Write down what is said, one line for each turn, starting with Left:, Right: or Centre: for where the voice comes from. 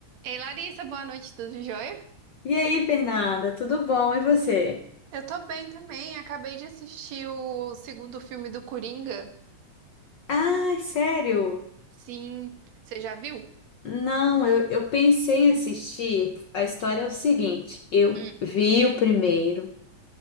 Right: Ei, Larissa, boa noite, tudo jóia?
Left: E aí, Fernanda, tudo bom? E você?
Right: Eu tô bem também, acabei de assistir o segundo filme do Coringa.
Left: Ai, sério?
Right: Sim, você já viu?
Left: Não, eu, eu pensei em assistir. A história é o seguinte: eu
Right: Hum.
Left: vi o primeiro